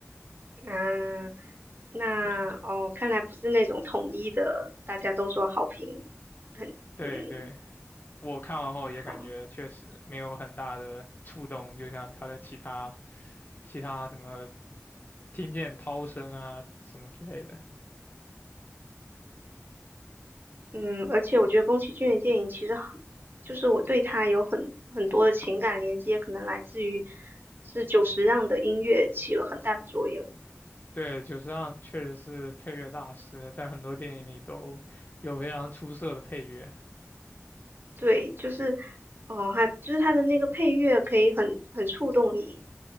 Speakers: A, on the right; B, on the left.
A: 啊，那哦，
B: 对
A: 看来不是那种统一的，大家都说好评很，
B: 对对，
A: 嗯，
B: 我看完后也感觉确实没有很大的触动，
A: 好。
B: 就像他的其他其他什么。听见涛声啊什么之类的。
A: 嗯，而且我觉得宫崎骏的电影其实很就是我对他有很很多的情感连接，可能来自于是久石让的音乐起了很大的作用。
B: 对，久石让确实是配乐大师，在很多电影里都有非常出色的配乐。
A: 对，就是哦，他就是他的那个配乐可以很很触动你，